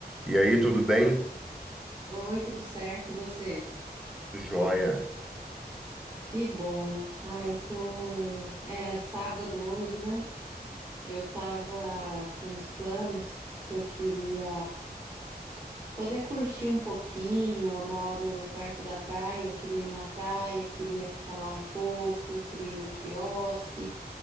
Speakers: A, in the centre; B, on the right.
A: E aí, tudo bem?
B: Oi, tudo certo? E você?
A: Joia.
B: Que bom. Ah, eu tô. É sábado hoje, né? Eu tava com os planos que eu queria poder curtir um pouquinho. Eu moro perto da praia, eu queria ir na praia, queria ficar lá um pouco, queria ir num quiosque,